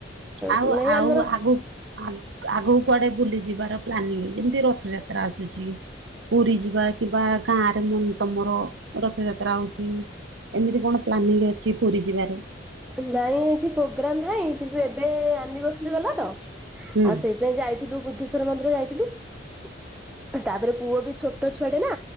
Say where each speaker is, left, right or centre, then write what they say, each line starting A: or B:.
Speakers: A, on the right (about 70°); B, in the centre.
A: ଆଉ
B: ହୁଁ ନାଇଁ
A: ଆଉ
B: ଆମର
A: ଆଗ ଆଗକୁ ଆଗକୁ କୁଆଡ଼େ ବୁଲିଯିବାର ପ୍ଲାନିଂ ଯେମିତି ରଥଯାତ୍ରା ଆସୁଛି ପୁରୀ ଯିବା କିମ୍ବା ଗାଁରେ ମ ତମର ରଥଯାତ୍ରା ହଉଚି ଏମିତି କଣ ପ୍ଲାନିଂ ଅଛି ପୁରୀ ଯିବାରେ?
B: ନାଇଁ କିଛି ପ୍ରୋଗ୍ରାମ ନହିଁ କିନ୍ତୁ ଏବେ ଆନିଭର୍ସରୀ ଗଲା ତ ଆଉ
A: ହୁଁ
B: ସେଇପାଇଁ ଯାଇଥିଲୁ ବୁଦ୍ଧେଶ୍ୱର ମନ୍ଦିର ଯାଇ ଥିଲୁ ତାପରେ ପୁଅ ବି ଛୋଟ ଛୁଆଟେ ନା